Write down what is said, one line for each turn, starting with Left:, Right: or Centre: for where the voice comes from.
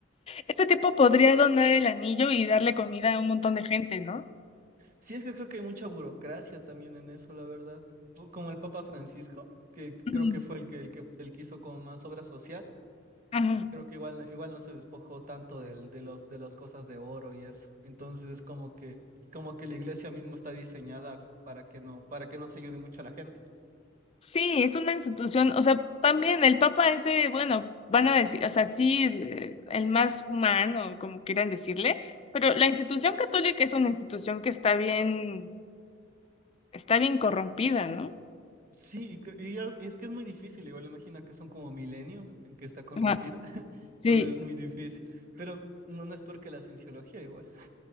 Left: Este tipo podría donar el anillo y darle comida a un montón de gente, ¿no?
Right: Sí, es que creo que hay mucha burocracia también en eso, la verdad. O Como el Papa Francisco, que, que
Left: Ujú.
Right: creo que fue el que, el que, el que hizo como más obra social,
Left: Ajá.
Right: creo que igual, igual no se despojó tanto del, de los, de las cosas de oro y eso. Entonces es como que, como que la iglesia misma está diseñada para que no, para que no se ayude mucho a la gente.
Left: Sí, es una institución, o sea, también el Papa ese, bueno, van a decir, o sea, sí, eh, el más humano, como quieran decirle, pero la institución católica es una institución que está bien está bien corrompida, ¿no?
Right: Sí, y, cre- y ya- y es que es muy difícil, igual imagina que son como milenios en que está corrompida,
Left: Ajá,
Right: <laughs>
Left: Sí,
Right: entonces es muy difícil. Pero no, no es porque la cienciología igual.